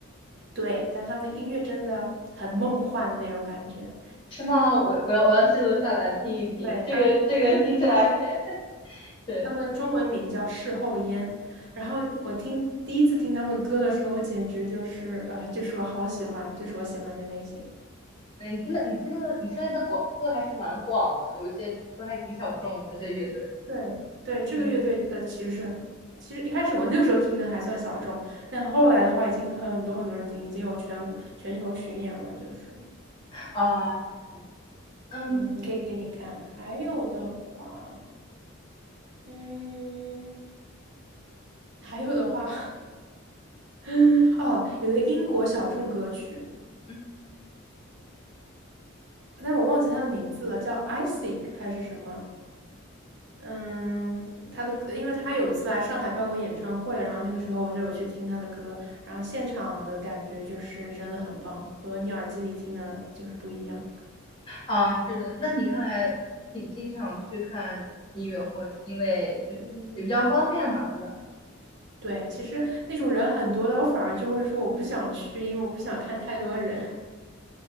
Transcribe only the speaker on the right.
对，但他们的音乐真的很梦幻的那种感觉。
对，
他他们
他们的中文名叫事后烟，然后我听第一次听他们歌的时候，我简直就是呃，就是我好喜欢，就是我喜欢的类型。
对对，这个乐队呃，
其实是其实一开始我那个时候听的还算小众，但后来的话已经很多很多人听，已经有全国全球巡演了，就是
嗯，你可以听听看。还有的话。嗯，还有的话，<laughs> 哦，有一个英国小众歌曲，
但是我忘记它的名字了，叫 Isaac 还是什么？嗯，他的，因为他有一次来上海办过演唱会，然后那个时候我就有去听他的歌，然后现场的感觉就是真的很棒，和你耳机里听的就是不一样。
嗯，
对，其实那种人很多的，我反而就会说我不想去，因为我不想看太多人。